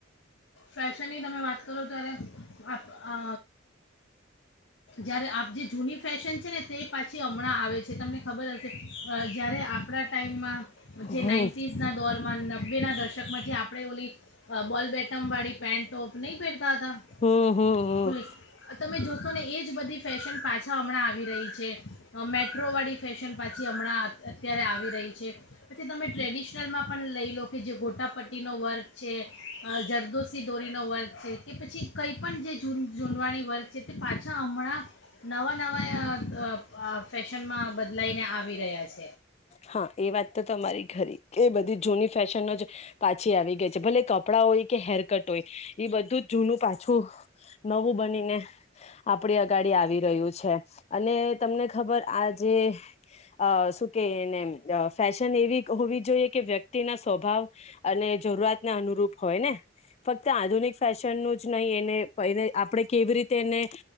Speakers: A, on the left; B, on the left.
A: ફેશનની તમે વાત કરો ત્યારે આપ અ જયારે આપ જે જૂની ફેશન છે ને તે પાછી હમણાં આવે જે તમને ખબર હશે. જ્યારે આપણા ટાઈમમાં જે
B: હમ
A: નાઇન્ટીઝના દોરમાં નબ્બેના દશકમાં જે આપણે ઓલી બોલ બેટ તમવાડી પેન્ટ ટોપ નહીં પહેરતા હતા
B: હમ હમ હમ
A: તમે જો ને એ જ બધી ફેશન પાછા હમણાં આવી રહી છે. અ મેટ્રોવાળી ફેશન પાછી હમણાં અત્યારે આવી રહી છે. પછી તમે ટ્રેડિશનલમાં પણ લઈ લો કે જે ગોટ પટા પટ્ટી નો વર્ગ છે હા જ દુશી દોરી નો વર્ગ છે કે પછી કંઈ પણ જે ઝૂ ઝૂડવાણી વર્ગ છે તે પાછા હમણાં નવા નવા અ આ ફેશનમાં બદલાઈને આવી રહ્યા છે.
B: હા એ વાત તો તમારી ખરી એ બધી જૂની ફેશનનો જ પાછી આવી ગઈ છે ભલે કપડાં હોય કે હેરકટ હોય એ બધું જૂનું પાછું નવું બનીને આપડી અગાડી આવી રહ્યું છે. અને તમને ખબર આ જે અ કેને ફેશન એવી હોવી જોઈએ કે વ્યક્તિના સ્વભાવ અને જરૂરતને અનુરૂપ હોય ને ફક્ત આધુનિક ફેશનનું જ નહીં એને આપણે કેવી રીતે એને